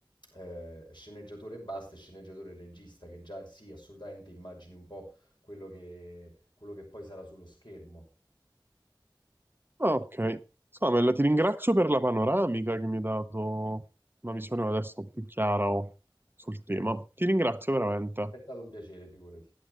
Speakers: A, on the left; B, on the right.
A: eh, sceneggiatore e basta e sceneggiatore e regista, che già sì, assolutamente immagini un po' quello che, quello che poi sarà sullo schermo.
B: Ah, ok. Samuel, ti ringrazio per la panoramica che mi hai dato una visione adesso più chiara oh, sul tema. Ti ringrazio veramente.
A: È stato un piacere, figurati.